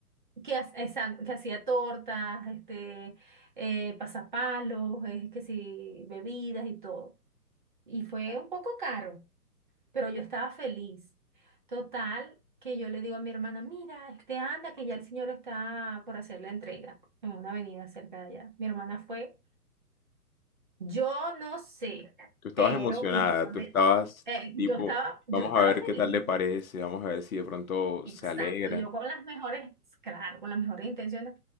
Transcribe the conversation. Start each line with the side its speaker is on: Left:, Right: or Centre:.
Right: que, ha- exacto, que hacía tortas, este, eh, pasapalos, eh, que sí, bebidas y todo. Y fue un poco caro, pero yo estaba feliz. Total, que yo le digo a mi hermana, mira, este anda, que ya el señor está por hacer la entrega en una avenida cerca de allá. Mi hermana fue Yo no sé,
Left: Tú estabas
Right: pero
Left: emocionada,
Right: mi papá
Left: tú
Right: me-
Left: estabas
Right: eh,
Left: tipo,
Right: yo estaba, yo
Left: vamos
Right: estaba
Left: a ver
Right: feliz,
Left: qué tal le parece, vamos a ver si de pronto
Right: exacto,
Left: se alegra.
Right: yo con las mejores, claro, con las mejores intenciones,